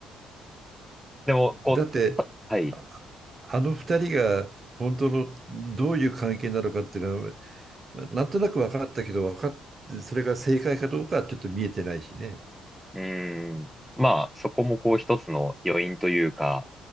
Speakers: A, in the centre; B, on the right.
A: でも、こう、
B: だって、
A: たはい。
B: あ、あの2人が本当のどういう関係なのかっていうのは、なんとなく分かったけど、分かっそれが正解かどうかはちょっと見えてないしね。
A: うーん。まあ、そこもこう一つの余韻というか、